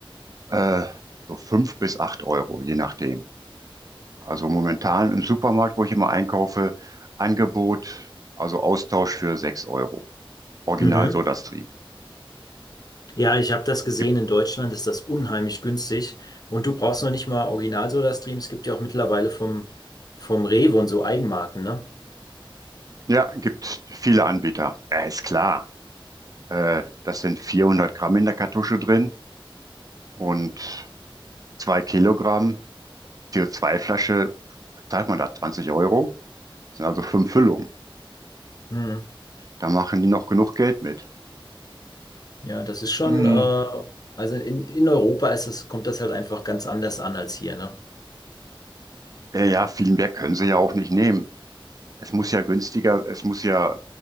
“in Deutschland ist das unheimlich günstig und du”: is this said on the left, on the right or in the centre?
Left